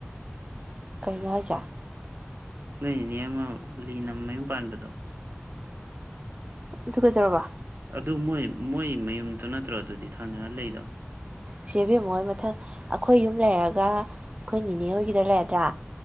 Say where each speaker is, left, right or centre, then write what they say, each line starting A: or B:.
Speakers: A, on the right (about 30°); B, on the right (about 55°).
A: ꯀꯩꯅꯣ ꯍꯥꯌꯖꯦ
B: ꯅꯣꯏ ꯏꯅꯦ ꯑꯃ ꯂꯤꯅꯃꯌꯨꯝ ꯄꯥꯟꯕꯗꯣ
A: ꯑꯗꯨ ꯀꯩꯗꯧꯔꯕ
B: ꯑꯗꯨ ꯃꯣꯏ ꯃꯣꯏ ꯃꯌꯨꯝꯗꯨ ꯅꯠꯇ꯭ꯔꯣ ꯑꯗꯨꯗꯤ ꯊꯥꯡꯅꯔ ꯂꯩꯗꯣ
A: ꯆꯦ ꯏꯕꯦꯝꯃꯣꯏ ꯃꯊꯪ ꯑꯩꯈꯣꯏ ꯌꯨꯝ ꯂꯩꯔꯒ ꯑꯩꯈꯣꯏ ꯅꯤꯅꯦ ꯑꯣꯏꯈꯤꯗ꯭ꯔ ꯂꯩꯔꯗ꯭ꯔꯥ